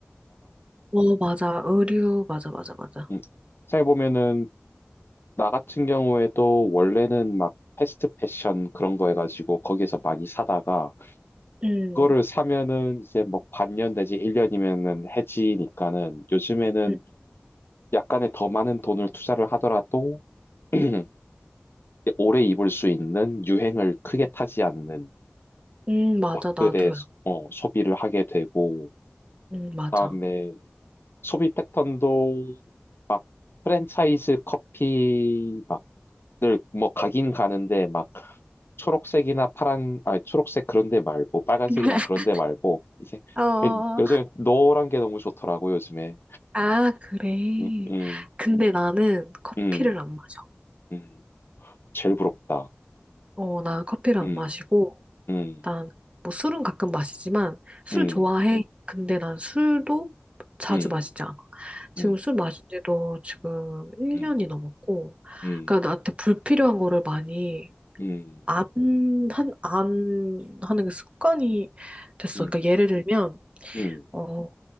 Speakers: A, on the right; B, on the left.
A: 어, 맞아. 의류, 맞아, 맞아, 맞아.
B: 음. 잘 보면은, 나 같은 경우에도 원래는 막 패스트 패션 그런 거 해가지고 거기에서 많이 사다가
A: 음,
B: 그거를 사면은 이제 뭐 반년 내지 1년이면은 해지니까는 요즘에는
A: 음,
B: 약간의 더 많은 돈을 투자를 하더라도 <clears throat> 오래 입을 수 있는 유행을 크게 타지 않는
A: 음, 맞아,
B: 옷들의
A: 나도야.
B: 소- 어, 소비를 하게 되고
A: 음, 맞아.
B: 그다음에 소비 패턴도 프랜차이즈 커피 막늘뭐 가긴 가는데 막 초록색이나 파란 아 초록색 그런 데 말고 빨간색이나
A: <laughs>
B: 그런 데 말고 이제
A: 어,
B: 예, 요즘 노란 게 너무 좋더라고 요즘에
A: 아, 그래.
B: 음, 음,
A: 근데 나는 커피를
B: 음,
A: 안 마셔.
B: 음. 제일 부럽다.
A: 어, 나는 커피를
B: 음,
A: 안 마시고,
B: 음,
A: 난, 뭐 술은 가끔 마시지만, 술
B: 음,
A: 좋아해. 근데 난 술도 자주
B: 음,
A: 마시지 않아. 지금
B: 음,
A: 술 마신 지도 지금 1년이
B: 음,
A: 넘었고,
B: 음,
A: 그러니까 나한테 불필요한 거를 많이
B: 음, 음,
A: 안, 한, 안 하는 게 습관이 됐어.
B: 음.
A: 그러니까 예를 들면,
B: 음.
A: 어,